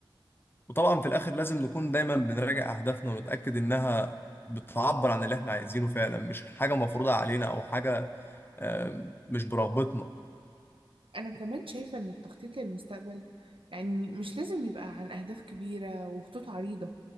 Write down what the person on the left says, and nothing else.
وطبعا في الاخر لازم نكون دايما بنراجع اهدافنا ونتاكد انها بتعبر عن اللي احنا عايزينه فعلا مش حاجه مفروضه علينا او حاجه آم، مش برغبتنا